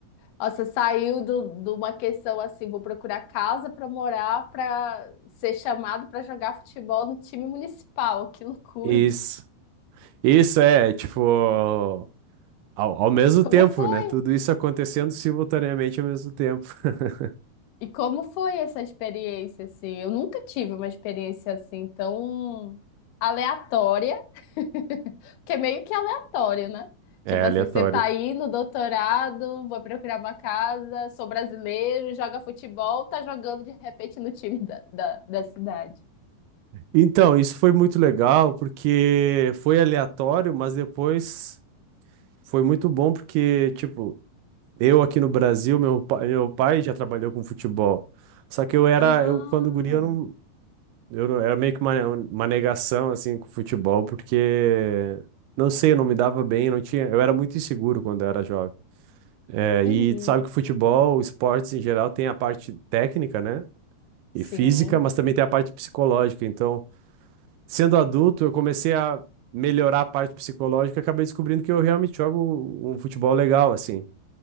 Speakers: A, on the left (about 75°); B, on the right (about 80°).
A: Nossa, saiu do- de uma questão assim, vou procurar casa para morar, para ser chamado para jogar futebol no time municipal. Que loucura!
B: Isso, isso é, tipo, ao, ao mesmo
A: E
B: tempo,
A: como foi?
B: né? Tudo isso acontecendo simultaneamente ao mesmo tempo. <laughs>
A: E como foi essa experiência assim? Eu nunca tive uma experiência assim tão aleatória, <laughs> porque é meio que aleatório, né?
B: É
A: Tipo assim,
B: aleatório.
A: você tá aí no doutorado, vou procurar uma casa, sou brasileiro, joga futebol, tá jogando de repente no time da, da da cidade.
B: Então, isso foi muito legal porque foi aleatório, mas depois foi muito bom porque, tipo, Eu aqui no Brasil, meu pai, meu pai já trabalhou com futebol. Só que eu era,
A: Ah.
B: eu quando guri, eu não, eu não- era meio que uma, uma negação assim com futebol, porque não sei, eu não me dava bem, não tinha, eu era muito inseguro quando eu era jovem. É,
A: Entendi.
B: e tu sabe que futebol, esportes em geral, tem a parte técnica, né?
A: Sim.
B: E física, mas também tem a parte psicológica. Então, sendo adulto, eu comecei a melhorar a parte psicológica, e acabei descobrindo que eu realmente jogo um futebol legal, assim.